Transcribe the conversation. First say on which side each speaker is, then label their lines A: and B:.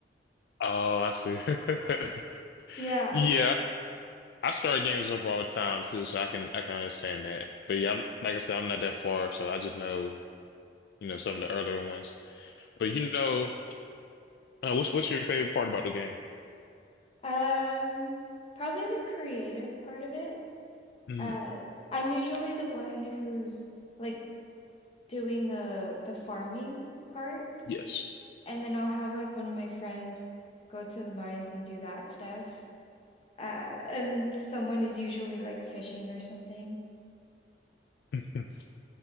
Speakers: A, on the left (about 60°); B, on the left (about 35°).
A: Oh, I see. <laughs>
B: Yeah,
A: Yeah, I, I start games over all the time too, so I can I can understand that. But yeah, I'm, like I said, I'm not that far, so I just know you know some of the earlier ones. But you know, uh, what's what's your favorite part about the game?
B: um, probably the creative part of it.
A: Mm,
B: Uh, I'm usually the one who's like doing the the farming part.
A: yes.
B: And then I'll have like one of my friends go to the mines and do that stuff. Uh, and someone is usually like fishing or something.
A: <laughs>